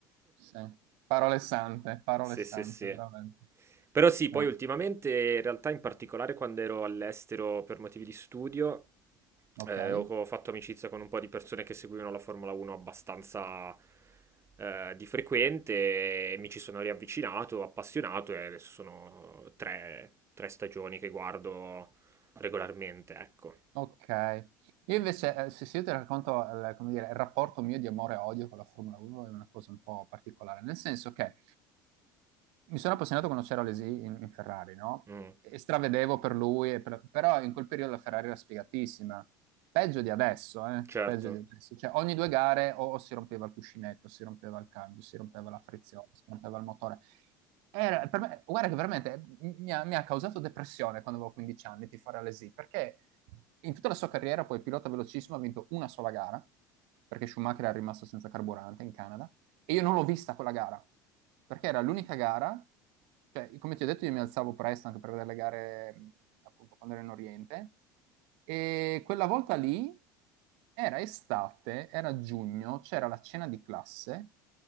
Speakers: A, on the right; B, on the right.
A: sì. Parole sante, parole
B: Sì,
A: sante,
B: sì, sì.
A: veramente.
B: Però sì,
A: Eh,
B: poi ultimamente, in realtà, in particolare quando ero all'estero per motivi di studio,
A: ok.
B: eh, ho ho fatto amicizia con un po' di persone che seguivano la Formula 1 abbastanza eh, di frequente e mi ci sono riavvicinato, appassionato e adesso sono tre, tre stagioni che guardo regolarmente, ecco.
A: Ok, io invece, eh, se, se io ti racconto, eh, come dire, il rapporto mio di amore e odio con la Formula 1 è una cosa un po' particolare, nel senso che mi sono appassionato quando c'era Alesi in, in Ferrari, no?
B: Mm,
A: E stravedevo per lui, e per- però in quel periodo la Ferrari era sfigatissima, peggio di adesso, eh?
B: certo.
A: Peggio di adesso, cioè ogni due gare o, o si rompeva il cuscinetto, si rompeva il cambio, si rompeva la frizione, si rompeva il motore. Era- per me- guarda che veramente m- mi ha, mi ha causato depressione quando avevo 15 anni tifare all'ESI, perché in tutta la sua carriera poi pilota velocissimo ha vinto una sola gara, perché Schumacher era rimasto senza carburante in Canada, e io non l'ho vista quella gara, perché era l'unica gara, cioè, come ti ho detto, io mi alzavo presto anche per vedere le gare, mh, appunto, quando ero in Oriente, e quella volta lì era estate, era giugno, c'era la cena di classe,